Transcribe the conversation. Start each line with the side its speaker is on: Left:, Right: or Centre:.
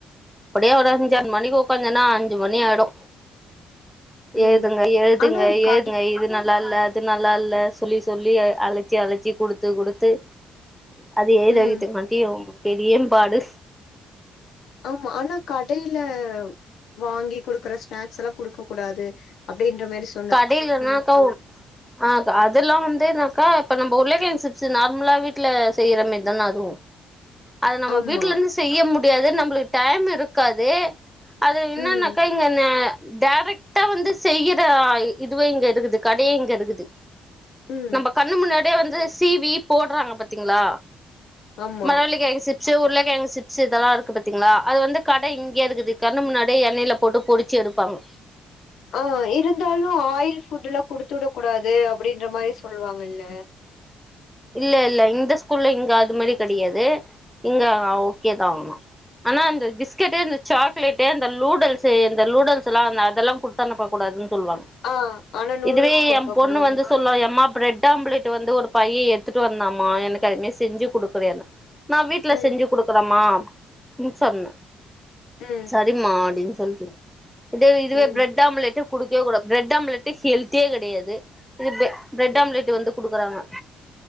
Centre: அப்டியே ஒரு அஞ்சாறு மணிக்கு ஒக்காந்தன்னா அஞ்சு மணி ஆயிடு எழுதுங்க
Left: ம்
Centre: எழுதுங்க
Left: ஆனா கடை
Centre: எழுதுங்க இது நல்லால்ல இது நல்லால்ல சொல்லி சொல்லி அழச்சி அழச்சி குடுத்து குடுத்து அது எழுத
Left: ம்
Centre: வைக்கிறதுக்கு காட்டியு பெரியன் பாடு
Left: ஆமா ஆனா கடையில வாங்கி குடுக்கற ஸ்நாக்ஸ்ல்லா குடுக்க கூடாது அப்டின்ற மாரிஸ்
Centre: கடையிலன்னாக்கவு ஆ அத் அதெல்லா வந்து என்னாக்கா இப்ப நம்ப உருளகெழங்கு சிப்ஸ்ஸு நார்மலா வீட்ல செய்யற மாரி தான அதுவு அது நம்ம
Left: ஆமா
Centre: வீட்லருந்து செய்ய முடியாது நம்மளுக்கு டைம் இருக்காது அது என்னன்னாக்கா
Left: ம்
Centre: இங்கன டைரக்ட்டா வந்து செய்ர் து இதுவே இங்க இருக்குது கடயே இங்க இருக்குது
Left: ம்
Centre: நம்ப கண் ண்ணு முன்னாடியே வந்து சீவி போடுறாங்க பாத்தீங்களா
Left: ஆமா
Centre: மரவள்ளி கெழங்கு சிப் சே உருளகெழங்கு சிப்ஸ் இதெல்லா இருக்கு பாத்தீங்களா அது வந்து கட இங்க இருக்குது கண்ணு முன்னாடியே எண்ணெயில போட்டு பொறிச்சி எடுப்பாங்க
Left: ஆ இருந்தாலு ஆயில் ஃபுட்டுல்லா குடுத்து விட கூடாது அப்டின்ற மாரி சொல்லுவாங்கல்ல
Centre: இல்லல்ல இந்த ஸ்கூல்ல இங்க அது மாரி கெடையாது இங்க ஆ ஓகேதா அதெல்லா ஆனா இந்த பிஸ்கெட்டு இந்த சாக்லேட்டு அந்த லூடல்ஸ்ஸே இந்த லூடல்ஸ்ஸுல்லா அந்த அதெல்லா குடுத் தனுப்ப கூடாதுன்னு சொல்லுவாங்க
Left: ஆ ஆனா நூடுல்ஸ்
Centre: இதுவே
Left: குடுக்க
Centre: என் பொண்ணு
Left: கூடாது
Centre: வந்து சொல்லுவா எம்மாப் பிரெட் ஆம்லேட் வந்து ஒரு பையன் எடுத்துட்டு வந்தாமா எனக்கு அதுமே செஞ்சு குடுக்குறியான்னா நா வீட்டுல
Left: ம்
Centre: செஞ்சு குடுக்குறேமா ம் சொன்னே
Left: ம்
Centre: சரிமா அப்டின்னு <unintelligible> இது இதுவே
Left: ம்
Centre: பிரெட் ஆம்லேட்டு குடுக்கவே கூடாது பிரெட் ஆம்லெட்டு ஹெல்தியே கெடையாது இது பெ பிரெட்
Left: ம்
Centre: ஆம்லெட்டு வந்து குடுக்குறாங்க